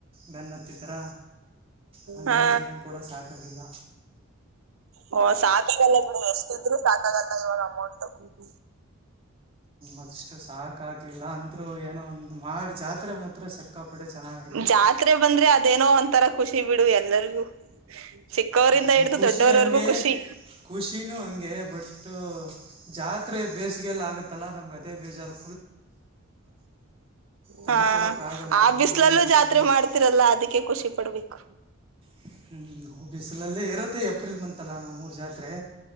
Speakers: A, on the right; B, on the right.
A: ಬೆನ್ನತ್ತಿದ್ರ ಹಾಗಿ
B: ಹಾ
A: ಏನು ಕೂಡ ಸಾಕಾಗಿಲ್ಲ
B: ಹ ಸಾಕಲ್ಲ <unintelligible> ಸತಾಗಾಲಲ್ಲ ಇವಾಗ ರಮ್ಮಾವ <unintelligible>
A: ಅಷ್ಟು ಸಾಕಾಗಾಗಲಿಲ್ಲ ಅಂದರೂ ಏನೋ ಒಂದು ಮಾಡಿ ಜಾತ್ರೆ ಮಾತ್ರ ಸಕ್ಕಾಪಟ್ಟ ಚೆನ್ನಾಗಾಯತು
B: ಜಾತ್ರೆ ಬಂದ್ರೆ ಅದೇನೋ ಒಂತರ ಖುಷಿ ಬಿಡು ಎಲ್ಲರಿಗೂ ಚಿಕ್ಕವರಿಂದ
A: ಹ್ಮ್,
B: ಹಿಡ್ದು
A: ಖುಷಿ
B: ದೊಡ್ಡವರವರ್ಗೂ
A: ಹಂಗೆ
B: ಖುಷಿ
A: ಖುಷಿನೂ ಹಂಗೆ ಬಟ್ ಜಾತ್ರೆ ಬೇಸಿಗೆಯಲ್ಲ ಆಗುತ್ತೆ ತಲ್ಲ ನಂಗದೆೇ ಬಜಾರು ತಡ್ಕೊಳಕ್ಕಾಗಲ್ಲ
B: ಹಾ ಆ
A: ಹಂಗೆ
B: ಬಿಸ್ಲಲ್ಲೂ
A: ಬಿಸಿಲು
B: ಜಾತ್ರೆ
A: ಇರುತ್ತೆ
B: ಮಾಡ್ತಿರಲ್ಲ ಅದಕ್ಕೆ ಖುಷಿ ಪಡ್ಬೇಕು
A: ಹ್ಮ್ ನಾವು ಬಿಸಿಲಲ್ಲೇ ಇರುತ್ತೆ ಏಪ್ರಿಲ್ ಮಂತಲ್ಲ ನಮ್ಮೂರ ಜಾತ್ರೆ